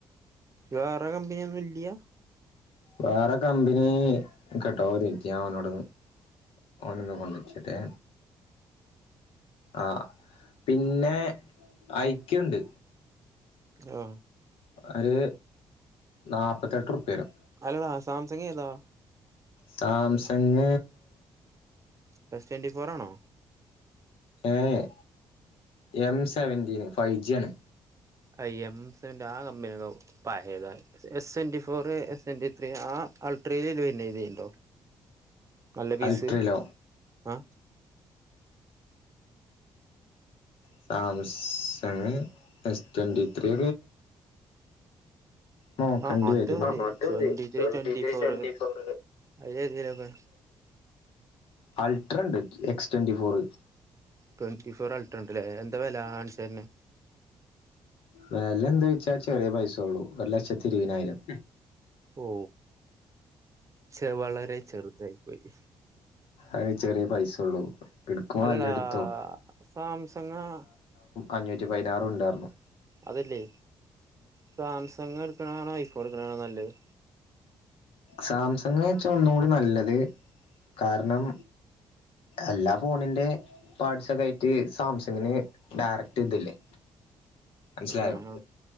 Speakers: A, on the right; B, on the left.
A: വേറെ കമ്പനിയൊന്നും ഇല്ലയ
B: വേറെ കമ്പനി കേട്ടോ ഒരു മിനുട്സ് ഞ അവനോടൊന്നു ഓനന്ന് ചോദിച്ചോട്ടെ ആ പിന്നെ ഐക്യുണ്ട്
A: ആ
B: ഒര് നാപത്തെട്ട് വരും
A: അല്ലടാ സാംസങ് ഏതാ
B: സാം ചങ്ങ
A: ബസ് ട്വൻണ്ടി ഫോർ ആണോ
B: ഏ എം സെവന്റീന് ഫൈവ് ജി ആണ്
A: ഐ എംന്റെ ആ കമ്പന പത S twenty four A twenty three ആ ട്രലൽ പിന്നെ ഇതണ്ടോ നല്ല പീസ്
B: അൾട്രലോ
A: ആഏ
B: സാംസമി എസ് ട്വൻറ്റി ത്രീ നോക്കണ്ട
A: ആഹ് അത്
B: വരും
A: മതി twenty three
B: twenty twenty four
A: four അതിലേതേലൊക്കെ
B: അൾട്രാ ഉണ്ട് എക്സ് ട്വൻറിഫോറ്
A: ട്വന്റി ഫോർ അൾട്രണ്ട്ല്ലേ എന്താ വില ആൻസണിനു
B: വെലന്താച്ചാ കുറച്ചേയുള്ളു ഒരു ലക്ഷത്തി ഇരുപതിനായിരം.
A: ഓ. ചെ വളരെ ചെറുതായി പോയി.
B: ഐനു ചെറിയ പൈസ ഉള്ളൂ. ഇടുക്കുമ്പോ
A: അല്ലടാ
B: നല്ലാ ഇടുത്തോ.
A: സാംസങ്ങാ
B: അഞ്ഞുട്ടി പതിനാറുണ്ടായിരുന്നു.
A: അതില്ലേ, സംസാങ് എടുക്കുന്നതാന്നോ ഐഫോൺ എടുക്കുന്നതാണോ നല്ലത്.
B: സാംസങ് എന്ന് വെച്ചാ ഒന്നുകൂടി നല്ലത്. കാരണം എല്ലാ ഫോണിന്റെ പാർട്സ് ഒക്കെ ആയിട്ട് സാംസങ്ങിനെ ഡയറക്ട് ഇതില്ലേ മനസ്സിലായോ
A: ആ ആ